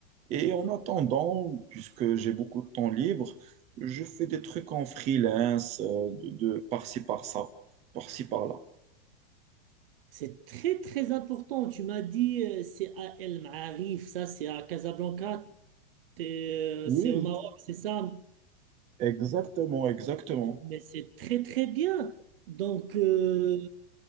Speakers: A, on the right; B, on the right.
A: Et en attendant, puisque j'ai beaucoup de temps libre, je fais des trucs en freelance, euh, de, de par-ci, par-ça, par-ci, par-là.
B: C'est très, très important. Tu m'as dit, euh, c'est à El Maarif, ça, c'est à Casablanca, t'es,
A: Oui,
B: euh, c'est au Maroc, c'est ça.
A: Exactement, exactement.
B: Mais c'est très, très bien. Donc, euh,